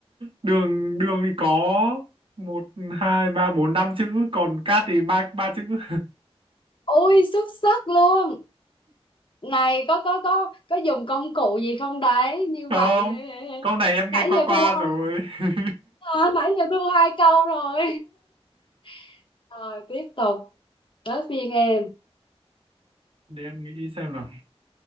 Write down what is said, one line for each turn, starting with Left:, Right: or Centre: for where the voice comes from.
Right: đường đường thì có một hai ba bốn năm chữ còn cát thì ba ba chữ <laughs>
Left: ui xuất sắc luôn này có có có có dùng công cụ gì không đấy như
Right: không
Left: vậy
Right: câu này em nghe
Left: nãy
Right: qua
Left: giờ
Right: qua
Left: thua
Right: rồi
Left: không
Right: <laughs>
Left: à, nãy giờ thua hai câu rồi <laughs> rồi tiếp tục tới phiên em
Right: để em nghĩ xem nào